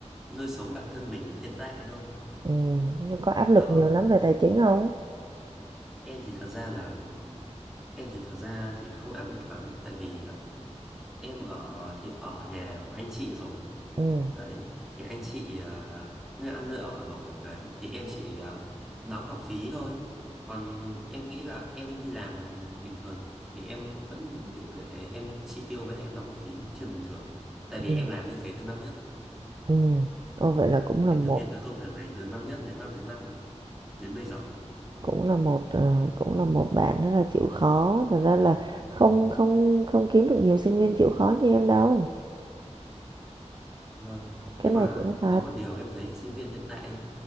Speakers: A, in the centre; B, on the right.
A: nuôi sống bản thân mình ở hiện tại thôi.
B: ừm, nhưng có áp lực
A: Đó,
B: nhiều lắm về tài chính không?
A: em thì thật ra là em thì thật ra thì không áp lực lắm tại vì là em ở thì ở nhà của anh chị rồi
B: Ừ,
A: đấy thì anh chị ờ, nơi ăn nơi ở rồi đấy thì em chỉ ờ, đóng học phí thôi còn em nghĩ là em đi làm bình thường thì em vẫn đủ để em chi tiêu với lại em đóng học phí chuyện bình thường ấy tại
B: ừ,
A: vì em làm như thế từ năm nhất
B: ừm. Ô, vậy là cũng là
A: em
B: một
A: thực hiện cái công việc này từ năm nhất đến năm thứ năm đến bây giờ
B: cũng là một, ờ, cũng là một bạn rất là chịu khó, Thật ra là không
A: Ừ.
B: không không kiếm được nhiều sinh viên chịu khó như em đâu.
A: vâng
B: Cái
A: nhưng
B: này
A: mà
B: chị nói thật.
A: có một điều em thấy sinh viên hiện tại ấy,